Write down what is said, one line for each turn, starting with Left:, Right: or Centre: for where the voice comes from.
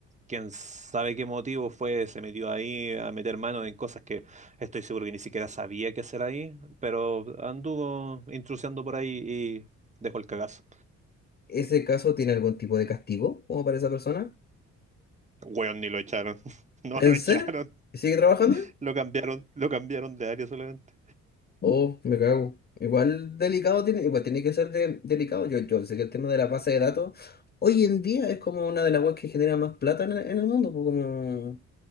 Right: quién sabe qué motivo fue, se metió ahí a meter mano en cosas que estoy seguro que ni siquiera sabía qué hacer ahí, pero anduvo intrusiando por ahí y dejó el cagazo.
Left: ¿Ese caso tiene algún tipo de castigo como para esa persona?
Right: Weón, ni lo echaron. <laughs> No
Left: ¿En
Right: lo echaron.
Left: serio? ¿Y sigue trabajando?
Right: Lo cambiaron, lo cambiaron de área solamente.
Left: Oh, me cago. Igual delicado tiene, igual tiene que ser de- delicado. Yo, yo sé que el tema de la base de datos hoy en día es como una de las webs que genera más plata en el, en el mundo, pues, como